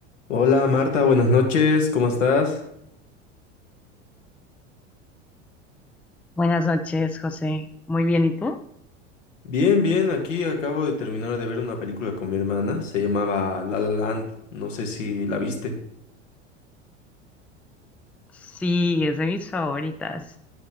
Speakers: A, on the left; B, in the centre.
A: Hola Marta, buenas noches, ¿cómo estás?
B: Buenas noches, José. Muy bien, ¿y tú?
A: Bien, bien, aquí acabo de terminar de ver una película con mi hermana, se llamaba La La Land, no sé si la viste.
B: Sí, es de mis favoritas.